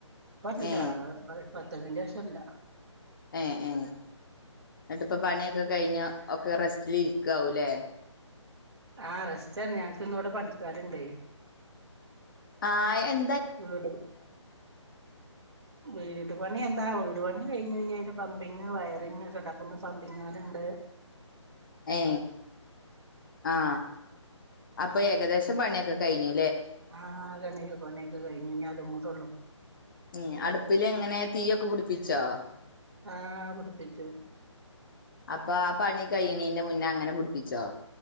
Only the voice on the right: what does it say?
പ്പല്ലാ
<unintelligible> തതിന്റേഷല്ല
ആ റസ്റ്റാണ് ഞങ്ങക്ക് ഇന്ന് ഇവ്ടെ പണിക്കാര്ണ്ടെ
വീട് വീട്പണിയെന്താ വീട് പണി കഴിഞ്ഞഴിഞ്ഞാല് പമ്പിങ് വയറിങ് <unintelligible> പമ്പിങ്ങാര്ണ്ട്.
ആ <unintelligible> പണ്യൊക്കെ കഴ്ഞ്ഞു ഇഞ്ഞതുംകൂടൊള്ളൂ
ആ പിടിപ്പിച്ചു